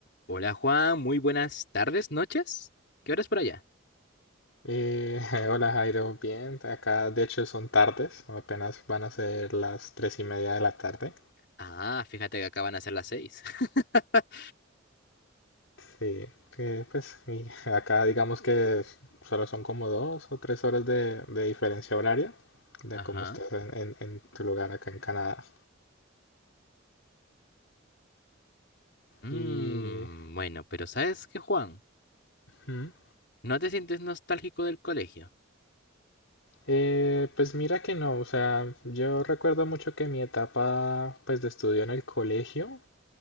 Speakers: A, on the left; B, on the left.
A: Hola Juan, muy buenas tardes, noches. ¿Qué horas por allá?
B: Eh, <laughs> hola Jairo, bien, acá de hecho son tardes, apenas van a ser las tres y media de la tarde.
A: Ah, fíjate que acaban a ser las seis. <laughs>
B: Sí, eh, pues y <laughs> acá digamos que es- solo son como dos o tres horas de, de diferencia horaria de
A: Ajá.
B: cómo estás en, en- en tu lugar acá en Canadá.
A: Mm,
B: Y
A: bueno, pero ¿sabes qué, Juan?
B: mm,
A: ¿No te sientes nostálgico del colegio?
B: eh, pues mira que no, o sea, yo recuerdo mucho que mi etapa pues de estudio en el colegio